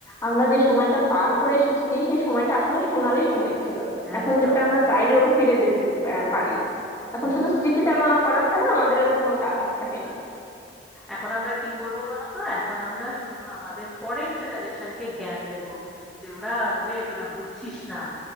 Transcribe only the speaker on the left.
আমরা যে সময়টা পার করে এসেছি সেই সময়টা আসলে সোনালি সময় ছিল এখন
যেটা আমরা চাইলেও ফিরে যেতে আহ, পারি না এখন
শুধু স্মৃতিচারণা করা ছাড়া আমাদের আর কোনো কাজ থাকে না